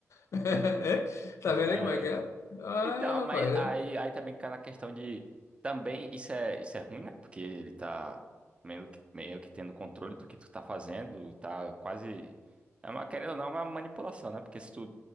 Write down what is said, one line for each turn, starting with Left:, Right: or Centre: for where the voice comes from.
Left: É? Tá vendo
Right: É.
Left: aí como é que é? Ah,
Right: Então, mas
Left: rapaz.
Right: aí, aí também cai na questão de. Também isso é, isso é ruim, né? Porque ele tá meio que, meio que tendo controle do que tu tá fazendo, tá quase. É uma, querendo ou não, é uma manipulação, né? Porque se tu